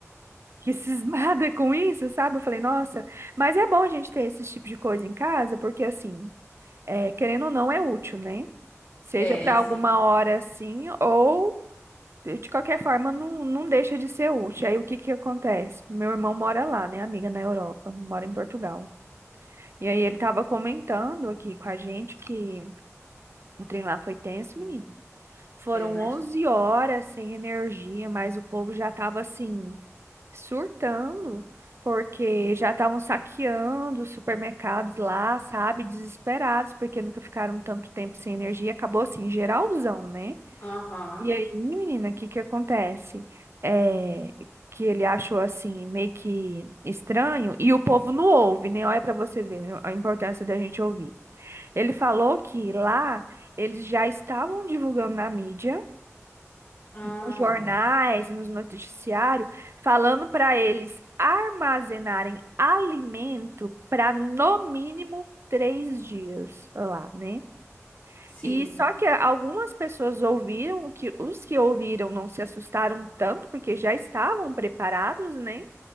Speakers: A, on the right; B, on the left.
A: que cismada <laughs> com isso, sabe? Eu falei, nossa, mas é bom a gente ter esse tipo de coisa em casa, porque assim, é, querendo ou não, é útil, né? Seja
B: É,
A: para
B: sim.
A: alguma hora assim, ou de de qualquer forma, não, não deixa de ser útil. Aí o que que acontece? Meu irmão mora lá, né, amiga, na Europa, mora em Portugal. E aí ele tava comentando aqui com a gente que o trem lá foi tenso, menino. Foram
B: Tem mais?
A: 11 horas sem energia, mas o povo já tava assim. surtando, porque já estavam saqueando os supermercados lá, sabe? Desesperados, porque nunca ficaram tanto tempo sem energia. Acabou assim, geralzão, né?
B: Aham.
A: E aí, menina, o que que acontece? É, que ele achou assim, meio que estranho, e o povo não ouve, né? Olha para você ver a importância da gente ouvir. Ele falou que lá eles já estavam divulgando na mídia
B: Ah,
A: nos jornais, nos noticiários, falando para eles armazenarem alimento para no mínimo três dias lá, né?
B: sim.
A: E só que algumas pessoas ouviram, o que os que ouviram não se assustaram tanto, porque já estavam preparados, né?